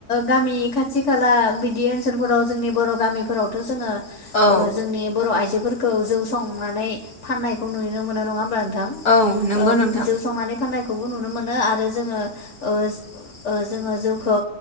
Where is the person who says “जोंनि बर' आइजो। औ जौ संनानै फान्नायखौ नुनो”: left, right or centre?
Left